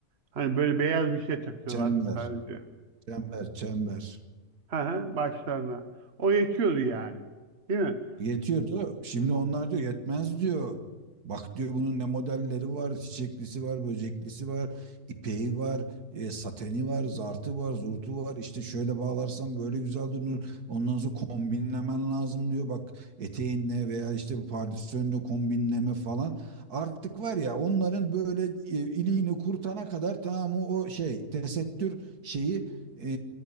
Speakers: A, on the right; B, on the right.
A: Hani böyle beyaz bir şey takıyorlardı
B: Çember,
A: sadece.
B: çember, çember.
A: Hı hı, başlarına. O yetiyordu yani. Değil mi?
B: Yetiyordu. Şimdi onlar diyor yetmez diyor. Bak diyor bunun ne modelleri var, çiçeklisi var, böceklisi var, ipeği var, e, sateni var, zartı var, zurtu var. İşte şöyle bağlarsan böyle güzel durur. Ondan sonra kombinlemen lazım diyor. Bak eteğinle veya işte pardösünle kombinleme falan. Artık var ya onların böyle e, iliğini kurtana kadar tamam o o şey tesettür şeyi e,